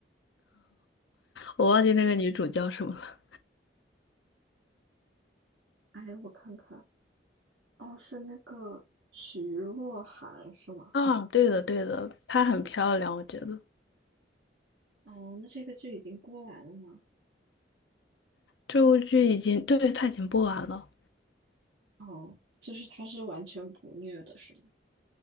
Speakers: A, on the left; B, on the right.
A: 我忘记那个女主叫什么了。
B: 哎，我看看，哦，是那个徐若涵是吗？
A: 啊，对的对的，她很漂亮，我觉得
B: 哦，那这个剧已经播完了吗？
A: 这部剧已经，对，她已经播完了。
B: 哦，就是他是完全不虐的，是吗？